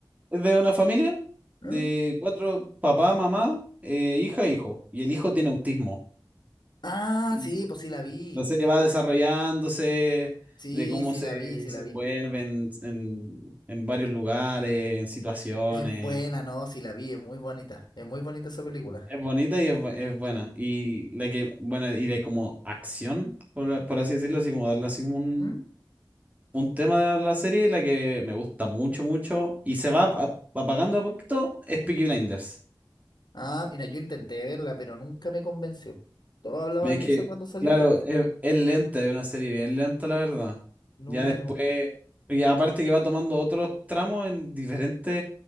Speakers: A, on the right (about 20°); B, on the left (about 60°).
A: Es de una familia de
B: ¿Eh?
A: cuatro, papá, mamá, eh, hija e hijo. Y el hijo tiene autismo.
B: Ah,
A: Y
B: sí, pues sí la vi.
A: La serie va desarrollándose
B: Sí,
A: de cómo
B: sí
A: se
B: la vi, sí
A: desenvuelven
B: la vi.
A: en, en varios lugares, en situaciones.
B: Es buena, no, sí la vi, es muy bonita. Es muy bonita esa película.
A: Es bonita y es, bu- es buena.
B: Sí.
A: Y la que, bueno, y de como acción, por, por así decirlo, así como darle así como un...
B: ¿Mm?
A: un tema de la serie, la que me gusta mucho, mucho, y se va ap- apagando a poquito, es Peaky Blinders.
B: Ah, mira, yo intenté verla, pero nunca me convenció. Todos hablaban
A: Es que,
B: de esa cuando salió,
A: claro,
B: pero
A: es, es lenta, es una serie bien lenta, la verdad.
B: no,
A: Ya después,
B: no.
A: y aparte que va tomando otros tramos en diferentes,